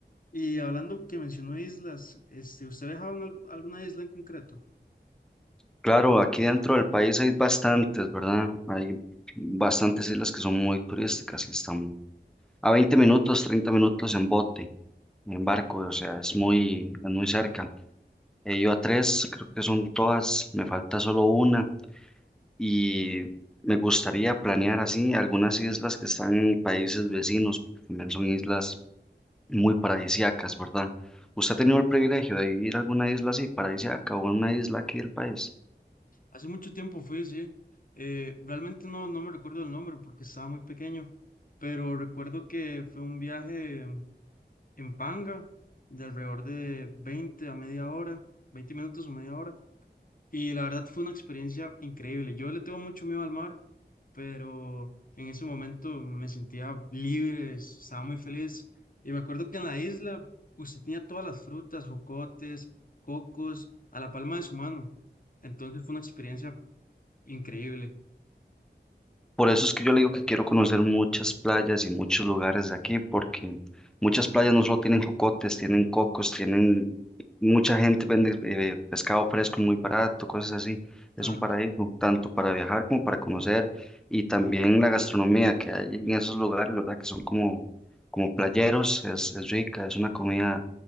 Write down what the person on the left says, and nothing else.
Y hablando que mencionó islas, este, ¿usted ha viajado en al- alguna isla en concreto?
Hace mucho tiempo fui, sí. Eh, realmente no, no me recuerdo el nombre porque estaba muy pequeño, pero recuerdo que fue un viaje en Panga de alrededor de 20 a media hora, 20 minutos o media hora Y la verdad fue una experiencia increíble. Yo le tengo mucho miedo al mar, pero en ese momento me sentía libre, estaba muy feliz. Y me acuerdo que en la isla usted tenía todas las frutas, jocotes, cocos, a la palma de su mano. Entonces fue una experiencia increíble.
Claro
que